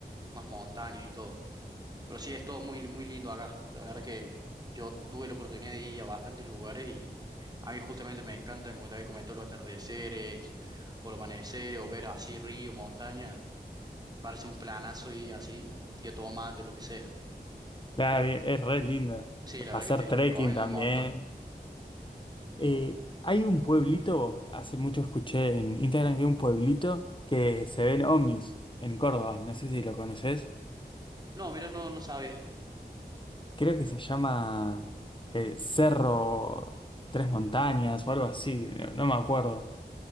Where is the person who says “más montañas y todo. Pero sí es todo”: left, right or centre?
Right